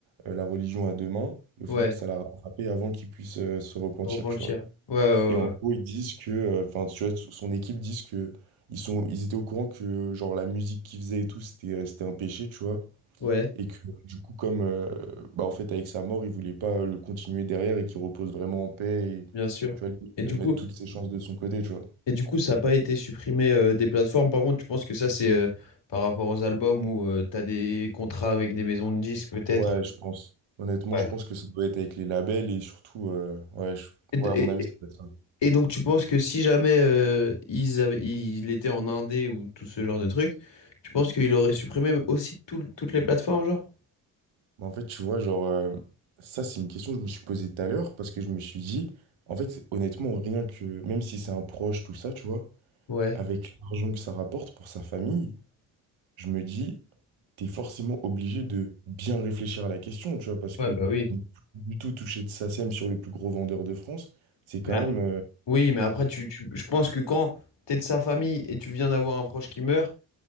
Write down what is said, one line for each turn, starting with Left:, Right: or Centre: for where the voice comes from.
Right: euh, la religion à deux mains, et au
Left: Ouais,
Right: final, ça l'a rattrapé avant qu'il puisse euh, se repentir,
Left: Repentir.
Right: tu vois.
Left: Ouais, ouais,
Right: Et en
Left: ouais,
Right: gros, ils disent que, euh, enfin, tu vois, son équipe disent que ils sont, ils étaient au courant que, genre, la musique qu'ils faisaient et tout, c'était, euh, c'était un péché, tu vois.
Left: Ouais,
Right: Et que, du coup, comme, euh, bah, en fait, avec sa mort, ils voulaient pas euh, le continuer derrière et qu'il repose vraiment en paix et,
Left: bien sûr.
Right: tu vois, limite,
Left: Et du
Right: euh, mettre
Left: coup,
Right: toutes ses chances de son côté, tu vois.
Left: et du coup, ça n'a pas été supprimé euh, des plateformes. Par contre, tu penses que ça, c'est euh, par rapport aux albums où tu as des contrats avec des maisons de disques, peut-être?
Right: Ouais, je pense. Honnêtement,
Left: Ouais.
Right: je pense que ça doit être avec les labels et surtout, euh, ouais, je-
Left: Et,
Right: ouais, à mon avis, ça
Left: et-
Right: doit être ça.
Left: Et donc tu penses que si jamais euh, ils avaient, il était en indé ou tout ce genre de truc, tu penses qu'il aurait supprimé aussi tout- toutes les plateformes, genre?
Right: Bah, en fait, tu vois, genre, euh, ça, c'est une question que je me suis posée tout à l'heure parce que je me suis dit, en fait, honnêtement, rien que, même si c'est un proche, tout ça, tu vois,
Left: Ouais.
Right: avec l'argent que ça rapporte pour sa famille, je me dis, t'es forcément obligé de bien réfléchir à la question, tu vois, parce
Left: Ouais,
Right: que
Left: bah oui.
Right: ne plus du tout toucher de SACEM sur le plus gros vendeur de France, c'est quand
Left: Mais a-
Right: même, euh,
Left: Oui, mais après, tu, tu- je pense que quand t'es de sa famille et tu viens d'avoir un proche qui meurt,